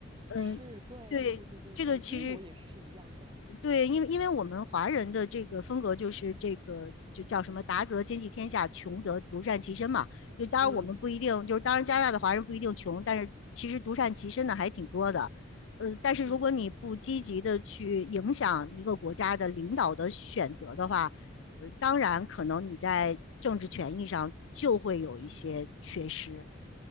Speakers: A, on the left; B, on the right.
A: 嗯，
B: 是，对对对对对对，
A: 对，这个其实
B: 英国也是一样的。
A: 对，因为因为我们华人的这个风格就是这个就叫什么达则兼济天下，穷则独善其身嘛。就当然我们不一定，
B: 嗯
A: 就是当然加拿大的华人不一定穷，但是其实独善其身的还挺多的。呃，但是如果你不积极的去影响一个国家的领导的选择的话，
B: 嗯
A: 呃，当然可能你在政治权益上就会有一些缺失。